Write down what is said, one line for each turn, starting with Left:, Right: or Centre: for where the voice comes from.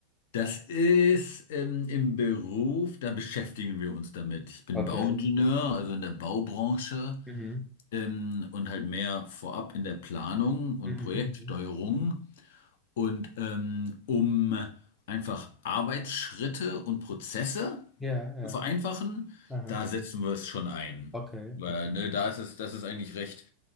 Left: Das ist ähm, im Beruf, da beschäftigen wir uns damit. Ich bin
Centre: Okay,
Left: Bauingenieur,
Centre: okay.
Left: also in der Baubranche.
Centre: Mhm.
Left: ähm, und halt mehr vorab in der Planung und
Centre: Mhm.
Left: Projektsteuerung
Centre: mhm. mhm.
Left: und ähm, um einfach Arbeitsschritte und Prozesse
Centre: Ja, ja.
Left: zu vereinfachen,
Centre: Aha.
Left: da setzen wir es schon ein.
Centre: Okay,
Left: Weil,
Centre: okay.
Left: ne, da ist es, das ist eigentlich recht